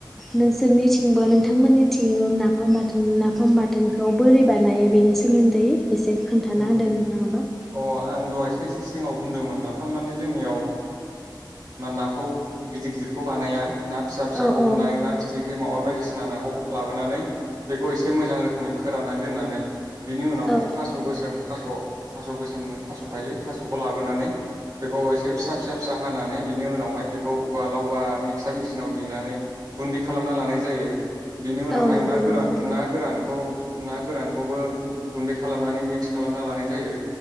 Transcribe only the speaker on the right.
उम
अ आं दहायसो एसे सिगाव बुंदोंमोन नाफाम माने जोंनियाव नाखौ गिदिर-गिदिरखौ बानाया ना फिसा-फिसाखौ
हमनानै ना फिथिख्रि मावा बायदिसिना नाखौ लाबोनानै बेखौ एसे मोजां रोखोमै फोराननानै दोननानै बिनि उनावहाय
थास' । गोसोम थास' थास' गोसोम थास' थायो थास'खौ लाबोनानै बेखौ एसे फिसा फिसा फिसा हानानै बिनि उनावहाय बेखौ उवालाव बा मिक्सार मेसिनाव देनानै गुन्दै खालामना लानाय जायो । बिनि उनावहाय
ना गोरान
ना गोरान खौ ना गोरानखौबो गुन्दै खालाम खालाम नानै मिक्स खालामना लानाय जायो